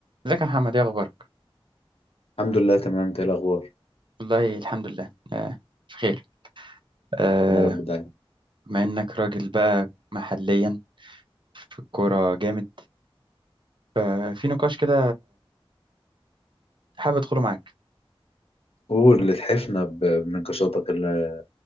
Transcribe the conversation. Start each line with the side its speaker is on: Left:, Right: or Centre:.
Right: ازيك يا محمد ايه اخبارك
Left: الحمد لله تمام انت ايه الاخبار
Right: والله الحمد لله آه بخير آه
Left: يا رب دايما
Right: بما انك راجل بقى محليا في الكوره جامد آه في نقاش كده حابب ادخله معاك
Left: قول اللي تحفنا ب- بنقاشاتك اللي